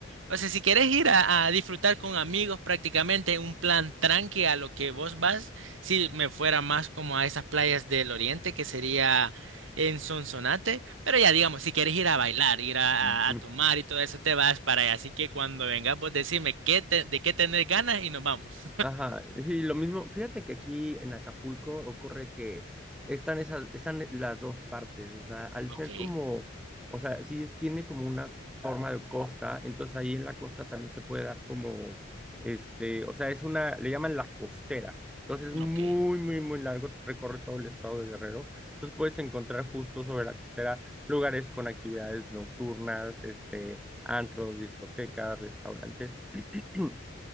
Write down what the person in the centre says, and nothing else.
<laughs>
Ajá, sí, lo mismo. Fíjate que aquí en Acapulco ocurre que están esas, están las dos partes, o sea, al
ser como, o sea, sí tiene como una forma de costa, entonces ahí en la costa también se puede dar como, este, o sea, es una, le llaman la costera, entonces es muy,
muy, muy largo, recorre todo el estado de Guerrero, entonces puedes encontrar justo sobre la costera lugares con actividades nocturnas, este, antros, discotecas, restaurantes. <clears throat>